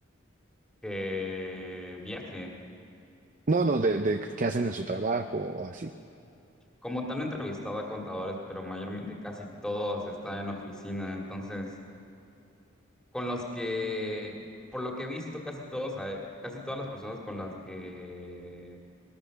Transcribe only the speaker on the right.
No, no, de, de qué hacen en su trabajo o así.